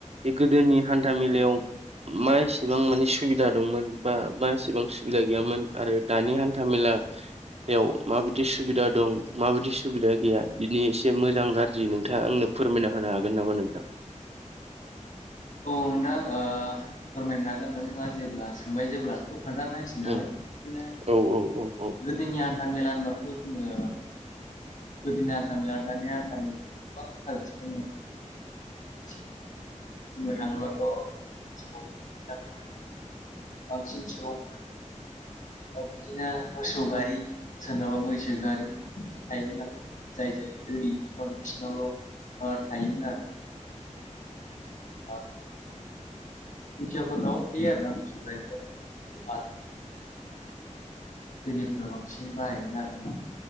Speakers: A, on the right; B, on the left.
A: बे गोदोनि हान्था मेलायाव मा एसेबां माने सुबिदा दंमोन बा मा एसेबां सुबिदा गैयामोन आरो दानि हान्था मेला याव माबायदि सुबिदा दं माबायदि सुबिदा गैया बिनिस मोजां गाज्रि नोंथाङा आंनो फोरमायना होनो हागोन नामा नोंथां।
B: औ नोंथां ओ फोरमायनो हागोन नोंथाङा जेब्ला सोंबाय जेब्ला थ' <unintelligible> <unintelligible>
A: उम औ औ औ औ
B: गोदोनि हान्था मेला होनबाथ' जोङो गोदिनि हान्थामेला दानि हान्थामेला गोबां फारागथि दं <unintelligible> बुंनो थाङोब्लाथ' <unintelligible> बांसिन सुबुं बिदिनो मोसौ गारि सोरनाबा मैसो गारि बिदि थायोमोन आरो। जाय - जाय धोनि नखर बिसिनावल' ओ थायोमोन आरो। <unintelligible> थायो आरो ना मोसौ गारिफोर। <unintelligible> धोनिफोरा बांसिन बाहायोमोन आरो।